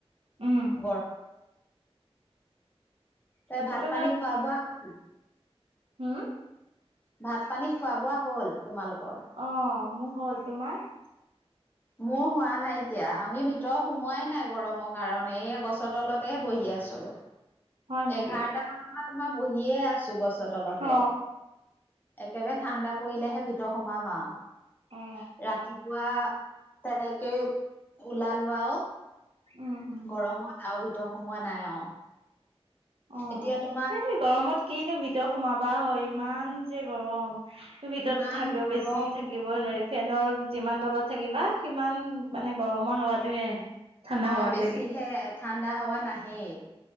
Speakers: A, on the right; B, on the left.
A: উম
B: গৰম তই ভাত
A: সেইটো
B: পানী খোৱা বোৱা হ'ল?
A: উম?
B: ভাত পানী খোৱা বোৱা, হ'ল তোমালোকৰ?
A: অ', মোৰ হ'ল, তোমাৰ?
B: মোৰ হোৱা নাইকিয়া আমি ভিতৰৰ সোমোৱাই নাই গৰমৰ, কাৰণে এই গছৰ তলতে বহি আছো।
A: হয় নেকি
B: এঘাৰটা মানৰ পৰা তোমাৰ বহিয়ে আছো গছৰ তলতে
A: অ
B: একেবাৰে ঠাণ্ডা, পৰিলেহে ভিতৰত সোমাম আৰু
A: অ
B: ৰাতিপুৱা তেনেকে ওলালোৱাও আৰু
A: উম উম
B: গৰমত আৰু ভিতৰত সোমোৱা নাই আৰু।
A: অ',
B: এতিয়া তোমাৰ
A: এই গৰমত, কিনো ভিতৰত সোমাবা হয় ইমান যে গৰম, ভিতৰতো
B: ইমান
A: থাকেও
B: গৰম
A: বেছি থাকিব। ই নোৱাৰি ফেনৰ যিমান তলত থাকিবা সিমান মানে গৰমৰ, হাৱাতোহে আহে। ঠাণ্ডা
B: অ
A: হাৱাত
B: বেছিহে
A: থাকি
B: ঠাণ্ডা, হাৱা নাহেই